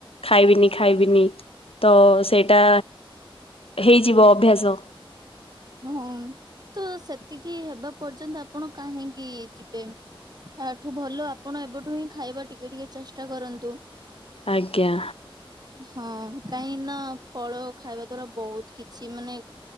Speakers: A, on the left; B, on the right.
A: ଖାଇବିନି ଖାଇବିନି ତ ସେଇଟା ହେଇଯିବ ଅଭ୍ୟାସ।
B: ହଁ ତ ସେତିକି ହେବା ପର୍ଯ୍ୟନ୍ତ ଆପଣ କାହିଁକି ଯିବେ। ତାଠୁ ଭଲ ଆପଣ ଏବେଠୁ ହିଁ ଖାଇବା ଟିକେ ଟିକେ ଚେଷ୍ଟା କରନ୍ତୁ।
A: ଆଜ୍ଞା
B: ହଁ କାହିଁକି ନା ଫଳ ଖାଇବା ଦ୍ଵାରା ବହୁତ କିଛି ମାନେ